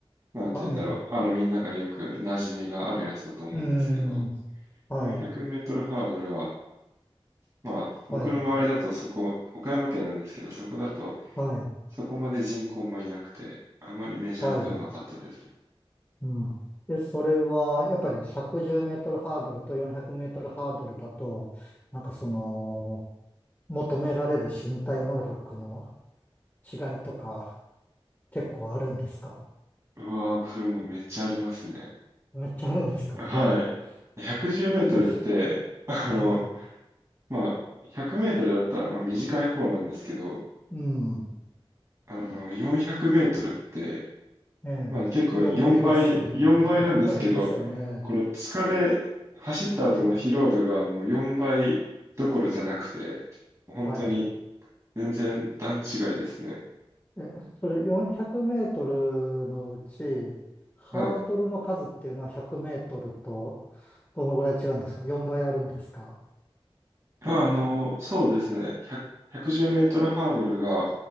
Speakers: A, on the right (about 30°); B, on the left (about 20°).
A: なんて言うんだろう。
B: はい。う
A: あの、みんながよく馴染みがあるやつだと思うんですけど、
B: ーん、はい、
A: 400メートルハードルは、まあ、僕の周りだとそこ、
B: はい、
A: 岡山県なんですけど、そこだと、
B: はい。
A: そこまで人口もいなくて、あまりメジャーではなかったですね。
B: はい。うん。で、それは、やっぱり110メートルハードルと400メートルハードルだと、なんかその、求められる身体能力の違いとか、結構あるんですか
A: うわー、それもめっちゃありますね。
B: めっちゃあるんですかはい。
A: はい。110メートルって、
B: で、
A: あの、
B: はい。
A: まあ、100メートルだったらまあ短い方なんですけど、
B: うん。
A: あの、400メートルって、
B: ええ。
A: まあ結構4倍、
B: 4倍ですよね。
A: 4倍なんですけど、
B: <laughs> 4倍ですよね。
A: この疲れ、走った後の疲労度がもう4倍どころじゃなくて、
B: え、
A: 本当に
B: はい。
A: 全然段違いですね。
B: え、それ400メートルのうち、ハードルの数っていうのは100メートルと、
A: はい。
B: どのぐらい違うんですか ?4 倍あるんですか
A: あの、そうですね。100、1 0メートルハードルが、